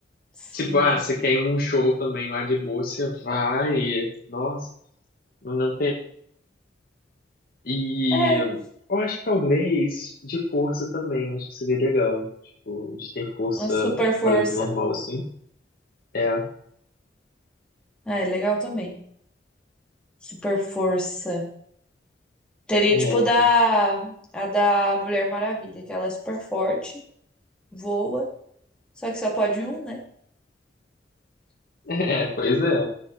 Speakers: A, in the centre; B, on the left.
A: sim.
B: Tipo, ah, você quer ir num show também lá de boa, você vai. Nossa, não, não tem. E
A: É,
B: eu acho que talvez de força também, acho que seria legal. Tipo, de ter força,
A: uma super
B: tipo,
A: força.
B: além do normal, assim. É,
A: Ah, é legal também. Super força. Teria
B: é,
A: tipo da a da Mulher Maravilha, que ela é super forte, voa Só que só pode um, né?
B: <laughs> é, pois é.